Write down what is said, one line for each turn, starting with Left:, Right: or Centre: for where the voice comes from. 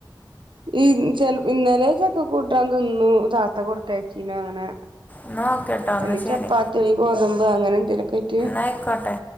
Right: ഈ ചെൽ ഇന്നലെ ചക്ക കൂട്ടാൻ തിന്നു. താത്ത കൊടുത്തച്ചീനു അങ്ങനെ
Left: എന്നാ ഓക്കെട്ടോ എന്നാ
Right: അല്ലെ
Left: ശരി
Right: ചപ്പാത്തി അല്ലെ ഗോതമ്പ് അങ്ങനെന്തേലൊക്കെ ആയിട്ട്
Left: ന്നാ ഐക്കോട്ടെ